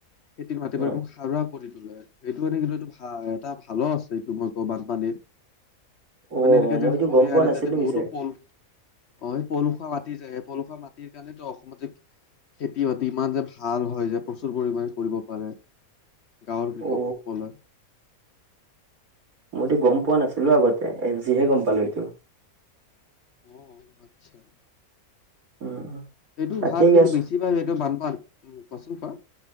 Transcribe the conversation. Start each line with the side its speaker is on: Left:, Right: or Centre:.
Left: খেতিৰ মাতে
Right: উম
Left: প এ অকদম সাৰুৱা তোলে সেইটো কাৰানে কিন্তু এইটো ভ এটা ভালো আছে এইটো মই কওঁ বানপানীৰ।
Right: অ
Left: মানে এনেকে
Right: মইতো
Left: যে কৰি
Right: গম পোৱা নাছিলো
Left: তাতে বহুতো
Right: পিছে
Left: পল
Right: <inaudible>
Left: অ পলুসুৱা মাটি যায় স পলুসুৱা মাটিৰ কাৰণটো অসমতে খেতি বাতি ইমান যে ভাল হয় যে প্ৰচুৰ পৰিমামানে কৰিব পাৰে। গাঁৱৰ কৃষকসকলে।
Right: অ মইতো গম পোৱা নাছিলো আগতে এ আজিহে গম পালো এইটো।
Left: উ আচ্ছা।
Right: উম
Left: সেইটোও
Right: তাকেই
Left: ভাল কিন্তু
Right: আছ
Left: বেছি পায় সেইটো বান পা উ কোৱাচোন কোৱা।